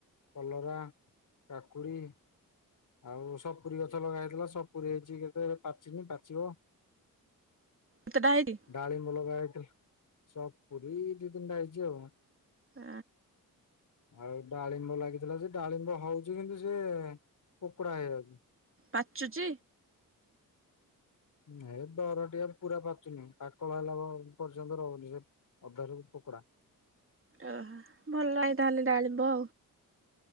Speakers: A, on the left; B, on the right.
A: କଲରା, କାକୁଡି ଆଉ ସପୁରୀ ଗଛ ଲଗା ହେଇଥିଲା ସପୁରୀ ହେଇଛି କେତେ ପାଚିନି ପାଚିବ।
B: କେତେଟା ହେଇ
A: ଡାଳିମ୍ୱ ଲଗା ହେଇଥିଲା, ସପୁରୀ ଦି ତିନିଟା ହେଇଛି ଆଉ।
B: ଆ
A: ଆଉ ଡାଳିମ୍ବ ଲାଗିଥିଲା, ସେ ଡାଳିମ୍ବ ହଉଛି କିନ୍ତୁ ସେ-ଏ-ଏ-ଏ ପୋକୋଡା ହେ ଯାଉ
B: ପାଚୁଛି?
A: ନାଇ ଏ ଦରଟିଆ ପୁରା ପାଚୁନି ପାକଳ ହେଲା ପ-ଅ-ଅ ପର୍ଯ୍ୟନ୍ତ ରହୁନି ସେ ଅଧାରୁ ପୋକଡା।
B: ଓହୋ ଭଲ ନାଇ ତାହେଲେ ଡାଳିବ।